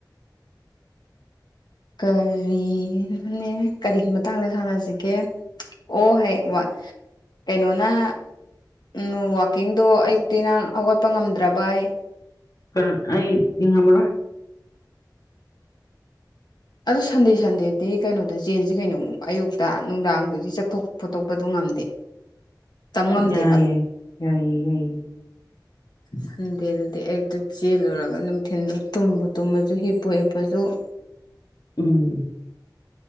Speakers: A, on the left; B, on the left.
A: ꯀꯔꯤꯅꯅꯦ ꯀꯔꯤꯒꯤ ꯃꯇꯥꯡꯗ ꯁꯥꯟꯅꯁꯤꯒꯦ ꯑꯣ ꯍꯣꯏ ꯋꯥ ꯀꯩꯅꯣꯅ ꯎꯝ ꯋꯥꯋꯥꯛꯀꯤꯡꯗꯣ ꯑꯌꯨꯛꯇꯤ ꯅꯪ ꯍꯧꯒꯠꯄ ꯉꯝꯗ꯭ꯔꯕ ꯑꯩ
B: ꯀ ꯑꯩ ꯏ ꯉꯝꯕ꯭ꯔꯣ
A: ꯑꯗꯨ ꯁꯟꯗꯦ ꯁꯟꯗꯦꯗꯤ ꯀꯩꯅꯣꯗ ꯆꯦꯟꯁꯤ ꯀꯩꯅꯣ ꯑꯌꯨꯛꯇ ꯅꯨꯡꯗꯥꯡꯗꯨꯗꯤ ꯆꯠꯊꯣꯛ ꯈꯣꯠꯇꯣꯛꯄꯗꯣ ꯉꯝꯗꯦ <inaudible> ꯉꯝꯗꯦꯕ
B: ꯌꯥꯏꯌꯦ ꯌꯥꯏꯌꯦ ꯌꯥꯏꯌꯦ
A: ꯁꯟꯗꯦꯗꯨꯗꯤ ꯑꯌꯨꯛꯇ ꯆꯦꯜꯂꯨꯔꯒ ꯅꯨꯡꯊꯤꯟꯜꯗ ꯇꯨꯝꯕ ꯇꯨꯝꯃꯁꯨ ꯍꯤꯞꯄꯨ ꯍꯤꯞꯄꯁꯨ <inaudible>
B: ꯎꯝ